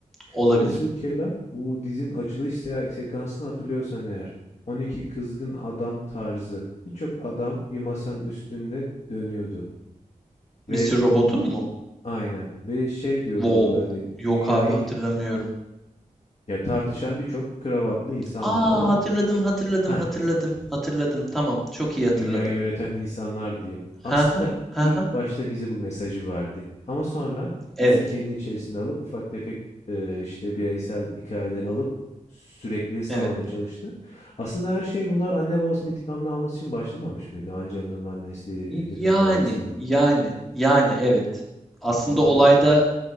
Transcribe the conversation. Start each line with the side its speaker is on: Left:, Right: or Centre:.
Centre: Olabilir.
Left: Velhasıl kelam bu dizin açılış se- sekansını hatırlıyorsan eğer 12 kızgın adam tarzı birçok adam bir masanın üstüne dönüyordu ve
Centre: Mr. Robot'un mu?
Left: aynen ve şey diyordu
Centre: Wow.
Left: orada hani
Centre: Yok
Left: dünyayı
Centre: abi hatırlamıyorum.
Left: ya tartışan birçok kravatlı insan
Centre: Aa
Left: vardı ama
Centre: hatırladım hatırladım
Left: ha
Centre: hatırladım hatırladım. Tamam çok iyi hatırladım.
Left: dünyayı yöneten insanlar diye. Aslında
Centre: Ha ha ha
Left: ilk
Centre: ha.
Left: başta bize bu mesajı verdi. Ama sonra
Centre: Evet.
Left: dizi kendi içerisinde alıp ufak tefek eee, işte bireysel hikayeleri alıp sürekliliği sağlamaya
Centre: Evet.
Left: çalıştı. Aslında her şey bunlar anne babasının intikamını alması için başlamamış mıydı? Angela'nın annesi, Elliot'ın
Centre: Yani
Left: babası,
Centre: yani yani evet. Aslında
Left: sonra
Centre: olayda